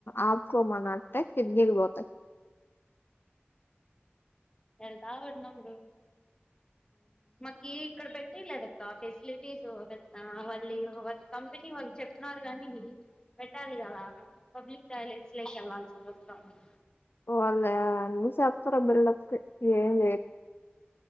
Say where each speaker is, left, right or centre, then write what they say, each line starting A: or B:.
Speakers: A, on the left; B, on the left.
A: ఆపుకోమనట్నే కిడ్నీలు పోతయ్
B: వెళ్తా ఉన్నామ్ రో మాకి ఇక్కడ పెట్ పెట్టియ్యలేదక్క ఫెసిలిటీస్ పెద్ద వాళ్ళి వాళ్ళు కంపెనీ వాళ్ళు చెప్పినారు గానీ పెట్టాలి కదా పబ్లిక్ టాయిలెట్స్ లోక్ వెళ్లాల్సింది వస్తాంది
A: ఓ అల్లా అన్ని సేత్తరు బిళ్ళోత్తే ఏం లేద్